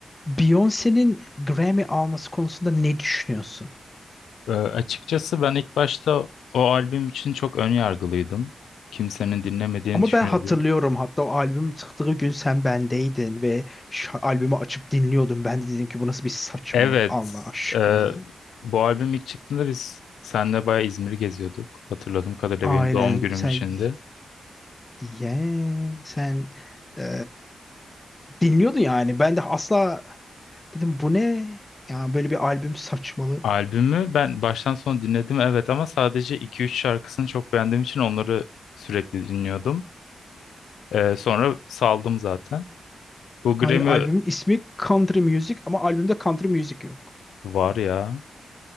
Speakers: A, on the left; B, on the left.
A: Beyoncé'nin Grammy alması konusunda ne düşünüyorsun?
B: Ee, açıkçası ben ilk başta o albüm için çok ön yargılıydım. Kimsenin dinlemediğini
A: Ama
B: düşünüyordum.
A: ben hatırlıyorum hatta o albüm çıktığı gün sen bendeydin ve şu albümü açıp dinliyordum. Ben de dedim ki bu nasıl bir saçmalık
B: Evet,
A: Allah aşkına.
B: e, bu albüm ilk çıktığında biz seninle bayağı İzmir'i geziyorduk. Hatırladığım kadarıyla
A: Aynen
B: benim doğum günüm
A: sen
B: içindi.
A: ye sen e, dinliyordun yani. Ben de asla dedim bu ne? Yani böyle bir albüm saçmalık.
B: Albümü ben baştan sona dinledim evet ama sadece iki üç şarkısını çok beğendiğim için onları sürekli dinliyordum. Ee, sonra saldım zaten. Bu Grammy
A: Hayır albümün ismi Country Music ama albümde country music yok.
B: var ya.